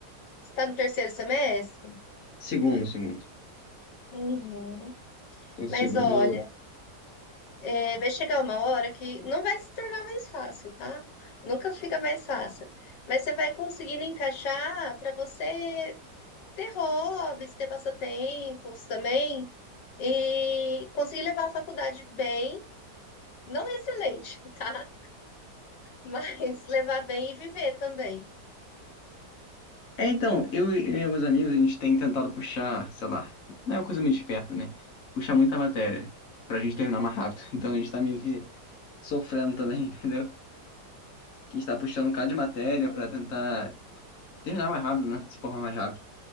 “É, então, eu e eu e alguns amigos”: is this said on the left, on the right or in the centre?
Left